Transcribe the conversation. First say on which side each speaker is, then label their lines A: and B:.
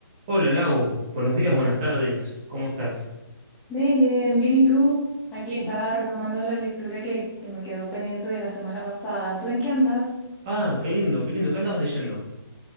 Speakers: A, on the right; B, in the centre.
A: Hola Lau, buenos días, buenas tardes, ¿cómo estás?
B: Neyen, bien, ¿y tú? Aquí
A: Bien.
B: estaba retomando la lectura que, que me quedó pendiente de la semana pasada. ¿Tú en qué andas?
A: Ah, qué lindo, qué lindo, ¿qué andabas leyendo?